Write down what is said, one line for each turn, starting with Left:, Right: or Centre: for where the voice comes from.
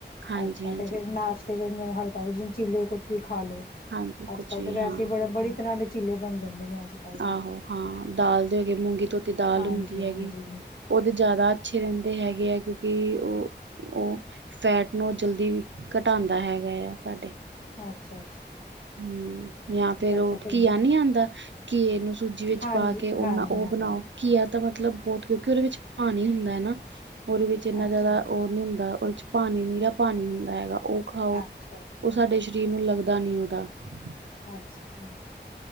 Right: ਹਾਂਜੀ
Left: ਅੱਛਾ
Right: ਹਾਂਜੀ
Left: ਤੇ ਫਿਰ ਨਾਸ਼ ਤੇ ਹਲਕਾ ਚੀਲੇ ਕੁੱਛ ਵੀ ਖਾ ਲਓ
Right: ਹਾਂਜੀ
Left: ਅੱਜ
Right: ਕੁੱਝ
Left: ਕੱਲ੍ਹ
Right: ਵੀ
Left: ਤੇ ਵੈਸੇ
Right: ਹਾਂ
Left: ਬੜੇ ਬੜੀ ਤਰ੍ਹਾਂ ਦੇ ਚੀਲੇ ਬਣਦੇ ਜਾਂਦੇ ਨੇ ਅੱਜ ਕੱਲ੍ਹ ਦੇ
Right: ਆਹੋ ਹਾਂ ਦਾਲ ਦੇ ਹੋਗੇ ਮੂੰਗੀ ਧੋਤੀ ਦਾਲ
Left: ਹਾਂਜੀ-ਹਾਂਜੀ,
Right: ਹੁੰਦੀ ਹੈਗੀ ਉਹਦੇ ਜ਼ਿਆਦਾ ਅੱਛੇ ਰਹਿੰਦੇ ਹੈਗੇ ਆ ਕਿਉਂਕਿ ਉਹ ਉਹ ਫੈਟ ਨੂੰ ਜਲਦੀ ਘਟਾਉਂਦਾ ਹੈਗਾ ਆ ਸਾਡੇ
Left: ਅੱਛਾ ਅ
Right: ਹਮ ਜਾਂ ਫੇਿਰ
Left: ਅੱਛਾ
Right: ਉਹ
Left: ਫਿਰ
Right: ਘਿਆ ਨਹੀਂੀ ਆਉਂਦਾ ਕੀ ਇਹਨੂੰ ਸੂਜੀ ਵਿੱਚ
Left: ਹਾਂਜੀ-ਹਾਂਜੀ-ਹਾਂਜੀ,
Right: ਪਾ ਕੇ ਉਹਨਾ ਉਹ ਬਣਾਓ ਘਿਆ ਤਾਂ ਮਤਲਬ ਮਤਲਬ ਬਹੁਤ ਕਿਉਂਕਿ ਉਹਦੇ ਵਿੱਚ ਪਾਣੀ ਹੀ ਹੁੰਦਾ ਹੈ ਨਾ ਉਹਦੇ ਵਿੱਚ ਇੰਨਾ
Left: ਅੱਛਾ-ਅੱਛਾ।
Right: ਜ਼ਿਆਦਾ ਉਹ ਨਹੀਂੀ ਹੁੰਦਾ ਉਹ ਚ ਪਾਣੀ ਨੀਰਾ ਪਾਣੀ ਹੁੰਦਾ ਹੈਗਾ ਉਹ ਖਾਓ
Left: ਅੱਛਾ,
Right: ਉਹ ਸਾਡੇ ਸ਼ਰੀਰ ਨੂੰ ਲੱਗਦਾ ਨੀਦਾ ਹਾਂ <unintelligible>
Left: ਅੱਛਾ